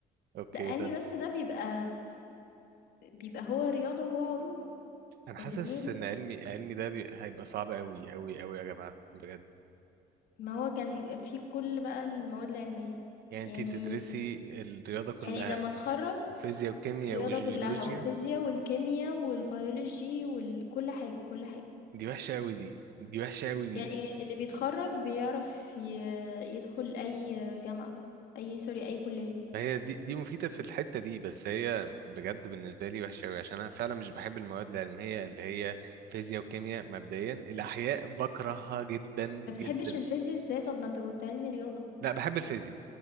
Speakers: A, on the right; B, on the left.
A: اوكي
B: لا علمي بس ده بيبقى بيبقى هو رياضة وهو علوم
A: انا حاسس
B: الاتنين
A: ان علمي علمي ده بي... هيبقى صعب قوي قوي قوي يا جماعه بجد
B: ما هو كان في كل بقى المواد العلمية
A: يعني انت
B: يعني
A: بتدرسي الرياضه كلها
B: يعني لما اتخرج
A: فيزياء وكيمياء
B: الرياضة
A: وجيولوجيا
B: كلها والفيزياء والكيمياء والبيولوجي وكل حاجة كل حاجة
A: دي وحشه قوي دي دي وحشه قوي دي
B: يعني اللي بيتخرج بيعرف ي- يدخل أي جامعة أي سوري أي كلية
A: ما هي دي دي مفيده في الحته دي بس هي بجد بالنسبه لي وحشه قوي عشان انا فعلا مش بحب المواد العلميه اللي هي فيزياء وكيمياء مبدئيا الاحياء بكرهها جدا
B: ما بتحبش
A: جدا
B: الفيزياء ازاي طب ما انت كنت علمي رياضة
A: لا بحب الفيزياء